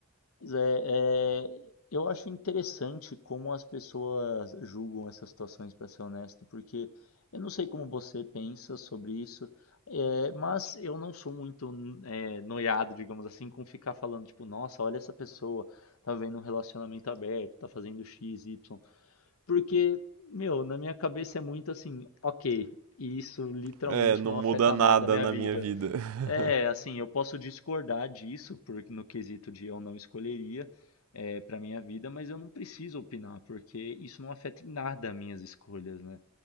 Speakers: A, on the left; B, on the right.
A: Pois é, é, eu acho interessante como as pessoas julgam essas situações, para ser honesto, porque eu não sei como você pensa sobre isso, é, mas eu não sou muito é, noiado, digamos assim, com ficar falando, tipo, nossa, olha essa pessoa, tá vendo um relacionamento aberto, tá fazendo X, Y, porque, meu, na minha cabeça é muito assim, ok, e isso literalmente
B: É, não
A: não
B: muda
A: afeta
B: nada
A: nada a minha
B: na
A: vida.
B: minha vida. <laughs>
A: É, assim, eu posso discordar disso, porque no quesito de eu não escolheria é, para minha vida, mas eu não preciso opinar, porque isso não afeta em nada minhas escolhas, né?